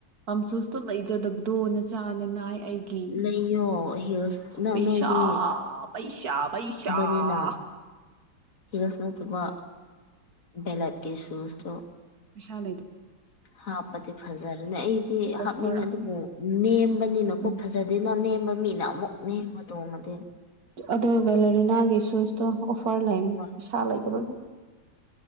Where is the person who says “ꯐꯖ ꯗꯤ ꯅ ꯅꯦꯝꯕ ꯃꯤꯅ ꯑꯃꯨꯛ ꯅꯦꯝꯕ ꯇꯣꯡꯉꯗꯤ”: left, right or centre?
Left